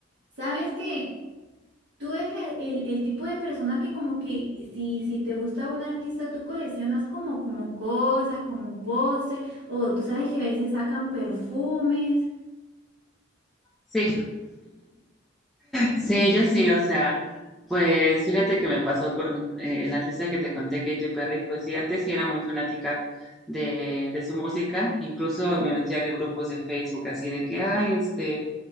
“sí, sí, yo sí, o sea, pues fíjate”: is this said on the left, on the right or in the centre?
Centre